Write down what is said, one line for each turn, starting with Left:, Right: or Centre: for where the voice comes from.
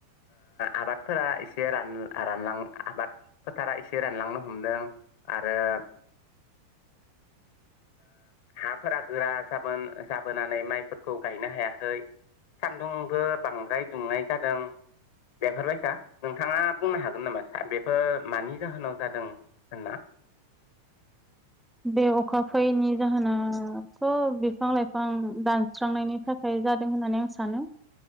Left: आबादफोरा एसे रान रानलां आबाद फोथारा एसे रानलांनो हमदों। आरो हाफोरा गोरा जाबोन-जाबोनानै माइफोरखौ गायनो हायाखै। सान्दुंबो बांद्राय दुंनाय जादों। बेफोरबायसा नोंथाङा बुंनो हागोन नामा स बेफोर मानि जाहोनाव जादों होनना?
Centre: <inaudible> बे अखा फैयैनि जाहोनाथ' बिफां लाइफां दानस्रांनायनि थाखाय जादों होननानै आं सानो।